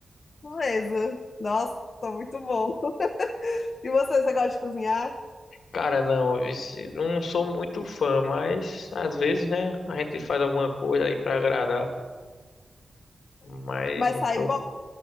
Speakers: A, on the left; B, on the left.
A: beleza. Nossa, muito bom. <laughs> E você, você gosta de cozinhar?
B: Cara, não, esse- não sou muito fã, mas às vezes, né, a gente faz alguma coisa aí pra agradar, mas
A: Mas
B: não
A: sai
B: sou.
A: bom?